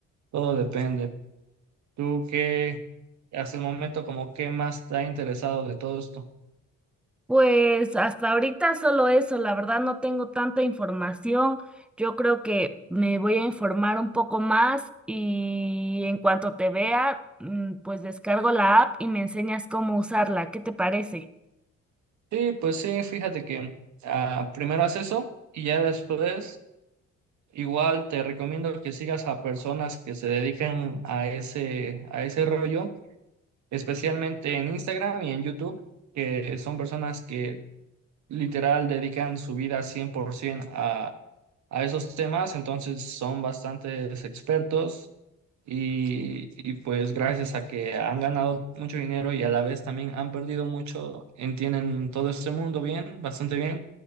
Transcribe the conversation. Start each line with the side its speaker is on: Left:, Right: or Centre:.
Right: todo depende. ¿Tú qué, hasta el momento, como qué más te ha interesado de todo esto?
Centre: Pues hasta ahorita solo eso, la verdad no tengo tanta información. Yo creo que me voy a informar un poco más y en cuanto te vea, mm, pues descargo la app y me enseñas cómo usarla. ¿Qué te parece?
Right: Sí, pues sí, fíjate que ah, primero haz eso y ya después igual te recomiendo que sigas a personas que se dedican a ese, a ese rollo especialmente en Instagram y en YouTube, que son personas que literal dedican su vida 100% a esos temas, entonces son bastantes expertos y, y pues gracias a que han ganado mucho dinero y a la vez también han perdido mucho, entienden todo este mundo bien, bastante bien.